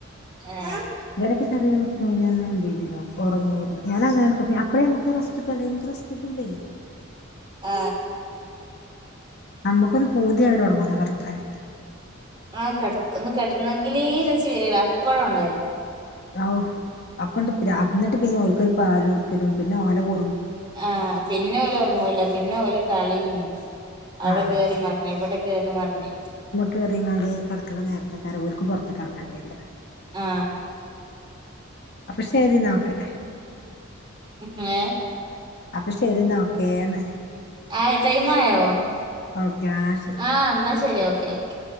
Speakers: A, on the right; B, on the left.
A: <unintelligible>
B: ഇവരൊക്കെ ചെറിയകുട്ടിയായിറ്റന്ന് ഞാൻ എന്തെയ്തീന്നു ഒറങ്ങീര്ന്നു ഞാനങ്ങനെനൊക്കെ അപ്പോഴേ നമുക്ക് റസ്റ്റ് തലേന്നൊക്കെ റെസ്റ്റ് കിട്ടൂലേയ്
A: ആ
B: ആ ഞമ്മക്കൊന്നു പൂതിയാവരോറങ്ങൂന്ന് കെടക്കാന്
A: ആ കെടക്ക് ഒന്നുകെടന്നെങ്കിലേരസ്സിവരീര അപ്പോഴൊണരും
B: ഹൗ അപ്പൊണ്ട്പ്രരാ ഇന്നട്ട്പിന്നെ ഓൽക്കൊരു പാലൊടുക്കലും പിന്നെഓലെ കു
A: ആ പിന്നെ ഓലൊറങ്ങൂലാ പിന്നെഓല് കളിം അവിടെ
B: ആഹ്
A: കേറിമറിഞ്ഞ് ഇവിടെ കേറിമറിഞ്ഞ്
B: കേറീങ്ങാണ്ട് കടക്കണനേരത്തെക്കാര ഓൽക്കു പൊറത്തക്കിറങ്ങേണ്ടിവരുക
A: ആ
B: അപ്പൊശെരിന്നാ ഓക്കെ
A: ഹെ ഏ
B: അപ്പൊ ശെരീന്നാ ഓക്കേന്ന്
A: ആയോ ടൈമായോ
B: ഓക്കെ ആ ശെരി
A: ആ എന്നാശെരി ഓക്കെ ഓക്കേ